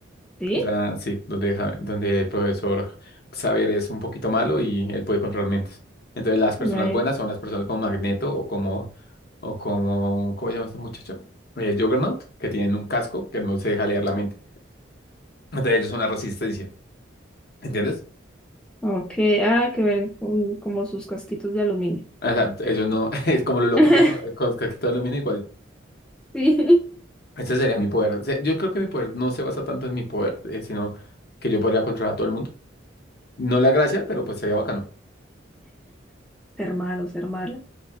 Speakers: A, in the centre; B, on the left.
A: ¿Sí?
B: O sea, sí, donde, Ja- donde el profesor Xavier es un poquito malo y él puede controlar mentes. Entonces las personas
A: Right.
B: buenas son las personas como Magneto o como, o como, ¿cómo se llama este muchacho? El Juggernaut, que tienen un casco que no se deja leer la mente. Entonces ellos son la resistencia, ¿entiendes?
A: Ok, ah, que ven con- como sus casquitos de aluminio.
B: O sea, ellos no, <laughs> es como los loquitos,
A: <laughs>
B: con, con casquitos de aluminio
A: Sí.
B: Ese sería mi poder. O sea, yo creo que mi poder no se basa tanto en mi poder, eh, sino que yo podría controlar a todo el mundo. No la gracia, pero pues sería bacano.
A: Ser malo, ser malo.